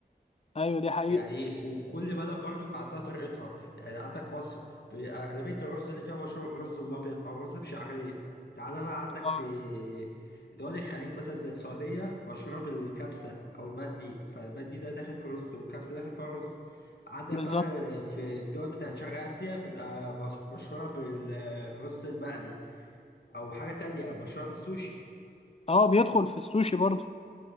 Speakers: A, on the left; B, on the left.
A: أيوه دي حقيقة
B: يعني وكل بلد برضو عندها طريقتها يعني عندك مصر أغلبية الرز اللي فيها مشهور الرز الأبيض أو الرز بشعرية تعالى بقى عندك
A: اه
B: في دول الخليج مثلا زي السعودية مشهورة بالكبسة أو المندي فالمندي ده داخل في رز والكبسة داخل في رز عندك
A: بالظبط
B: بقى في الدول بتاعت شرق آسيا بيبقى مش- مشهورة بالرز المقلي أو حاجة تانية مشهورة بالسوشي
A: اه بيدخل في السوشي برضه